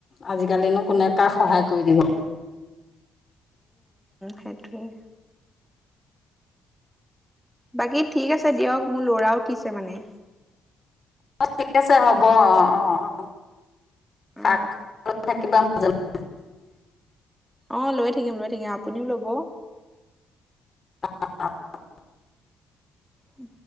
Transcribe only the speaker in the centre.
সেইটোৱেই বাকী ঠিক আছে দিয়ক মোৰ লৰা উঠিছে মানে
অ
অ লৈ থাকিম লৈ থাকিম আপুনিও লব
উম